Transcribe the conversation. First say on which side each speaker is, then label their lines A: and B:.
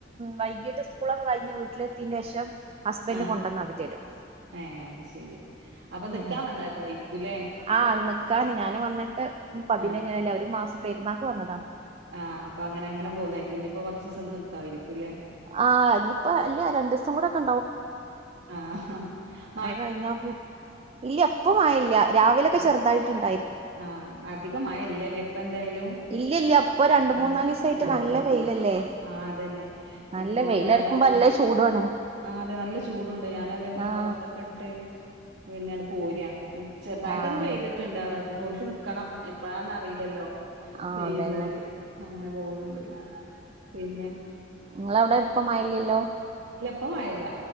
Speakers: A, on the right; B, on the right.
A: വൈകീട്ട് സ്കൂളൊക്കെ കഴിഞ്ഞു വീട്ടിലെത്തീനേഷം ഹസ്ബൻഡ്
B: ആ
A: കൊണ്ടന്നാക്കി തരോ
B: ഏ അത് ശരി അപ്പൊ നിക്കാൻ
A: ഉം
B: വന്നതായിരിക്കൂല്ലേ
A: ആ നിക്കാന് ഞാന് വന്നിട്ട് പതിനേ
B: ആ
A: അല്ല ഒരു മാസം പെരുന്നാക്ക് വന്നതാ
B: ആ അപ്പ അങ്ങനങ്ങന പോകുന്നെയായിരിക്കും ഇനി ഇപ്പൊ കുറച്ച് ദിവസം നിക്കായിരിക്കൂല്ലേ
A: ആഹ് ഇനിയിപ്പോ അല്ല രണ്ട് ദിവസം കൂടെ ഒക്കെ
B: ആഹ് ഹ ഹ
A: ആ കഴിഞ്ഞാ പൂ ഇല്യ ഇപ്പൊ മഴല്ല്യ രാവിലൊക്കെ
B: ആ
A: ചെറുതായിട്ട് ണ്ട്
B: ആഹ് അധിക മഴ ഇല്ലല്ലേ ഇപ്പ ന്തായാലും
A: ഇല്ല ഇല്ല ഇപ്പൊ രണ്ട്
B: ആഹ്
A: മൂന്നാലീസായിട്ട് നല്ല വെയിലല്ലേ
B: ആഹ് അതന്നെ
A: നല്ല
B: ഇപ്പൊ
A: വെയിലറ്ക്കുമ്പോ
B: ഞാന്
A: നല്ല ചൂടുവാണ്
B: ആഹ് അതെ നല്ല ചൂടുണ്ട് ഞാനതേപോലെ
A: ആഹ്
B: അതേപോലെ പൊറത്ത് ഇക്കൊട്ട് പിന്നെണ്ട് പോര ചെറുതായിട്ടൊന്ന്
A: ആഹ്
B: പെയ്‌ത്ട്ട്ണ്ട് അത് <unintelligible> ഇന്ന്ക്കണം എപ്പഴാന്നറീല്ലല്ലോ
A: ആഹ്
B: പെയ്യുന്നത്
A: അതന്നെ
B: അങ്ങനെ പോവ്ണ്ട് പിന്നെ
A: നിങ്ങളവിടെ ഇപ്പ മഴയില്ലല്ലോ
B: ഇല്ല ഇപ്പ മയല്ല്യ